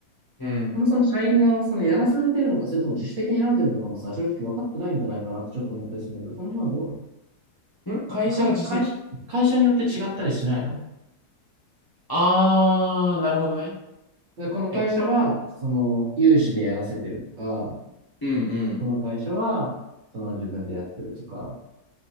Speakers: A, on the left; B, on the right.
A: うん。
B: そもそも社員側はそのやらされてるのか、それとも自主的に選んでるのかもさ、正直分かってないんじゃないかなってちょっと思ったりするんだけど、その辺はどうなの
A: ん会社が自主的。
B: 会、会社、会社によって違ったりしないの
A: あー、なるほどね。
B: でこの会社は、
A: えっと、
B: その、有志でやらせてるとか、
A: うんうん。
B: この会社は、その自分でやってるとか、